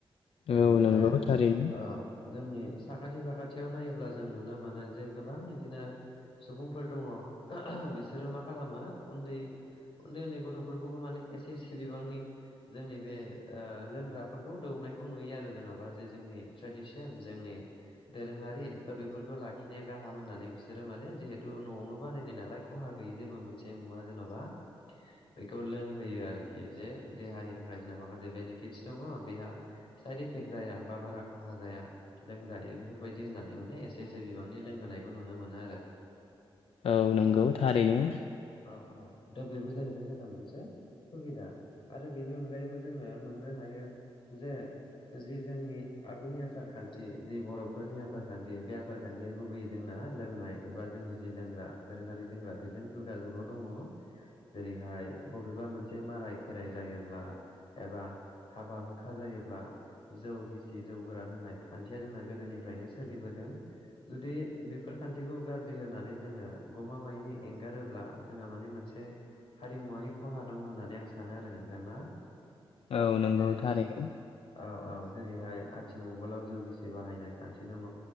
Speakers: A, on the left; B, on the left.
A: बेनिफ्राय
B: औ नंगौ थारैनो
A: ओ जोंनि साखाथि -बाखाथि <unintelligible> नायोब्ला जों नुनो मोनो जे गोबां बिदिनो सुबुंफोर दङ बिसोरो मा खालामो उन्दै उन्दै -उन्दै गथ'फोरखौबो माने एसे -एसे बिबांनि जोंनि बे लोंग्राफोरखौ <unintelligible> <unintelligible> नुयो आरो जेन'बा जे जोंनि ट्रेडिसन जोंनि दोरोङारि थ' बेफोरखौ लाखिनाया गाहाम होननानै बिसोरो माने जिहेथु न'आवनो बानायनाय नालाय खहा गैयि जेबो मोनसे मुवा जेन'बा। बेखौ लोंहोयो आरोखि जे देहानि थाखाय जोंना माखासे बेनिफिटस दङ बेहा इफेक्ट जाया बा बारा खहा जाया लोंजायो बे बेफोरबायदि होननानै माने एसे- एसे बिबांनि लोंहोनायखौ नुनो मोनो आरो।
B: औ नंगौ थारैनो।
A: औ दा बेबो जाहैबाय जोंना मोनसे सुबिदा आरो बेनि अनगायैबो जोङो मोननो हायो जे जि जोंनि आगुनि आसार खान्थि जि बर' <unintelligible> <unintelligible> आसारखान्थि बे आसारखान्थिया गुबैयै जोंना लोंनाय एबा जोंनि जि लोंग्रा दोरोङारि लोंग्रा बे जों जुग -जुगाव दङ जेरै'हाय बबेबा मोनसे माराय खेराइ जायोब्ला। एबा हाबा हुखा जायोब्ला जौ गिसि, जौ गोरान होनाय खान्थिया जोंना गोदोनि <unintelligible> सोलिबोदों जुदि बेफोर खान्थिखौ गाज्रि होनानै जोङो गमामायैनो <unintelligible> गारोब्ला जोंहा माने मोनसे हारिमुवारि खहा दङ होननानै आं सानो आरो नोंथां ना।
B: औ नंगौ
A: जेरै
B: थारैनो
A: औ औ। जेरै'हाय आथिमंगलाव जौगिसि बाहायनाय खान्थि दङ